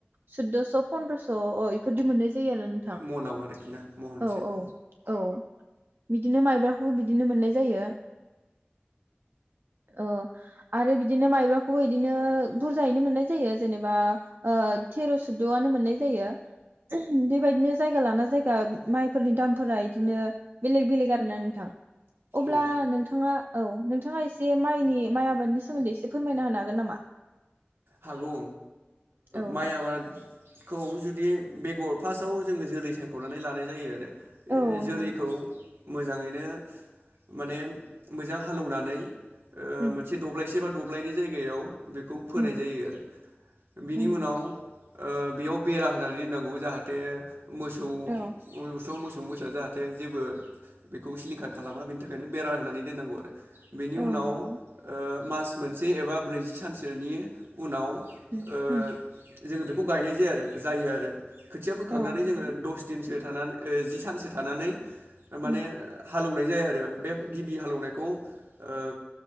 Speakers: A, on the right (about 60°); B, on the right (about 75°).
A: सुद'स' फन्द्रस' अ इफोर मोननाय आरो नोंथां
B: मनाव आरोखि ना महनसेयाव
A: औ औ औ। बिदिनो माइब्राखौबो बिदिनो मोननाय जायो ओ आरो बिदिनो माइब्राखौबो बिदिनो बुरजायैनो मोननाय जायो जेनेबा ओ थेर' सुद'आनो मोननाय जायो बेबायदिनो जायगा लाना जायगा माइफोरनि दामफोरा इदिनो बेलेग बेलेग आरोना नोंथां। अब्ला
B: औ।
A: नोंथाङा औ नोंथां नोंथाङा एसे माइनि माइ आबादनि सोमोन्दै एसे फोरमायना होनो हागोन नामा?
B: हागौ।
A: औ
B: माइ
A: दे
B: आबाद खौ जुदि बेगर फास्स्टआव जोङो जोलै सायख'नानै लानाय जायो आरो।
A: औ
B: जोलैखौ
A: नंगौ नोंथां
B: मोजाङैनो माने मोजां हालेवनानै
A: उम
B: मोनसे दब्लायसे बा दब्लायनि नि जायगायाव बे फोनाय
A: उम
B: जायो आरो बिनि
A: उम
B: उनाव ओ बेयाव बेरा होनानै दोननांगौ जाहाथे मोसौ
A: औ
B: मोसौ जाहाथे जेबो बेखौ सिलिंखार खालामा बेनि थाखायनो बेरा होनानै दोननांगौ आरो। बेनि
A: औ
B: उनाव
A: नंगौ
B: ओ मास मोनसे एबा ब्रैजि सानसोनि उनाव
A: उ
B: ओ
A: उ
B: जोङो बेखौ गायनाय जाया आरो जायो आरो। खोथिया फोखांनानै
A: औ नंगौ
B: जोङो दस दिनसो थानानै ओ जि सानसो थानानै माने
A: उम
B: हालेवनाय जाया आरो बे गिबि हालेवनायखौ ओ